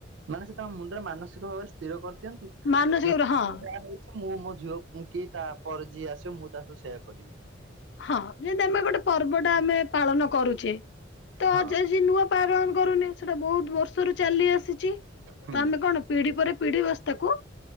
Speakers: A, on the right (about 70°); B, on the left (about 60°).
A: ମାନେ ସେ ତାଙ୍କ ମୁଣ୍ଡରେ ମାନସିକ ଭାବରେ ସ୍ଥିର କରିଦିଅନ୍ତି
B: ମାନସିକ
A: କି ମୁଁ
B: ହଁ
A: ଯା ହଉ ମୁଁ ମୋ ଝିଅ କି ତାପରେ ଯିଏ ଆସିବ ମୁଁ ତା ସହ ସେୟା କରିବି।
B: ହଁ ଯେନ୍ତି ଆମେ ଗୋଟେ ପର୍ବଟା ଆମେ ପାଳନ କରୁଚେ ତ
A: ହଁ
B: ଯେ ଜି ନୂଆ ପାରନ କରୁନି ସେଟା ବୋହୁତ ବର୍ ଷରୁ ଚାଲି ଆସିଚି ତ
A: ହୁଁ
B: ଆମେ କଣ ପିଢ଼ି ପରେ ପିଢ଼ି ବାସ୍ ତାକୁ